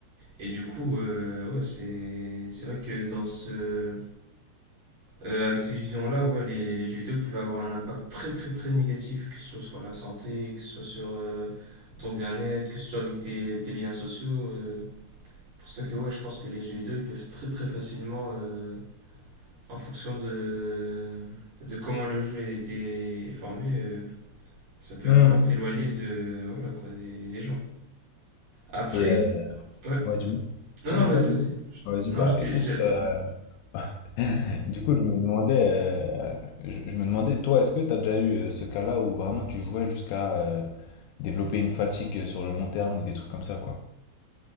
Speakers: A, on the right; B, on the left.
A: Et du coup, euh, ouais, c'est c'est vrai que dans ce euh, avec cette vision-là, ouais, les, les jeux vidéo peuvent avoir un impact très très très négatif, que ce soit sur la santé, que ce soit sur euh, ton bien-être, que ce soit avec tes, tes liens sociaux. euh. Pour ça que ouais, je pense que les jeux vidéo ils peuvent très très facilement, euh, en fonction de de comment le jeu a été est formé, euh, ça peut
B: Mhm.
A: vraiment t'éloigner de voilà quoi des, des gens. Après,
B: Et euh,
A: ouais.
B: ouais, du moins.
A: Non,
B: Non,
A: non,
B: du
A: vas-y,
B: moins, du
A: vas-y.
B: moins.
A: Je-
B: Vas-y,
A: Non,
B: bah
A: je dis.
B: écoute,
A: je-
B: euh, <laughs> du coup, je me demandais, euh, je, je me demandais, toi, est-ce que tu as déjà eu euh, ce cas-là où vraiment tu jouais jusqu'à euh, développer une fatigue sur le long terme ou des trucs comme ça, quoi?